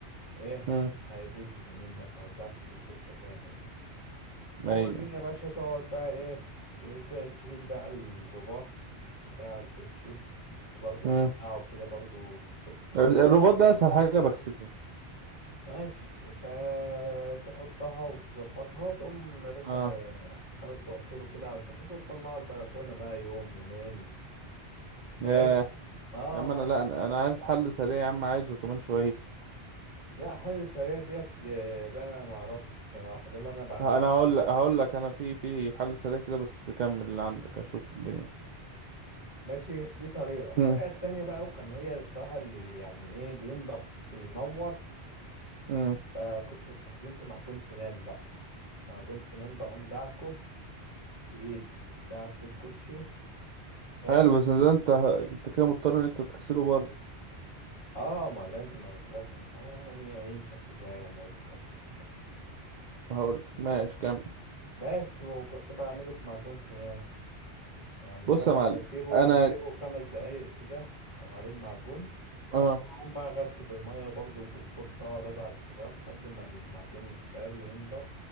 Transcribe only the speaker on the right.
امم
ايوه
امم
الرباط ده اسهل حاجه بغسلها
اه
ياه
يا عم
انا لا
انا أنا عايز حل سريع يا عم عايزه كمان شويه
ه- انا هقول لك هقول لك انا في في حل سريع كده بس كمل اللي عندك اشوف الدنيا
امم
امم
حلو بس ده انت انت كده مضطر ان انت تغسله بره
هقول ماشي كمل
بص
يا معلم
انا
اه